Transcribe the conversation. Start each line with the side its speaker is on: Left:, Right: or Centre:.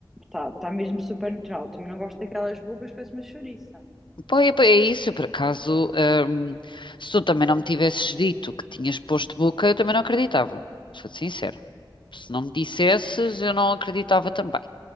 Centre: tá tá mesmo super natural. Também não gosto daquelas bocas, parece uma chouriça.
Left: Pois é pois é isso, eu, por acaso, hum, se tu também não me tivesses dito que tinhas posto boca, eu também não acreditava, sou te sincera. Se não me dissesses,
Centre: Sim,
Left: eu não acreditava também,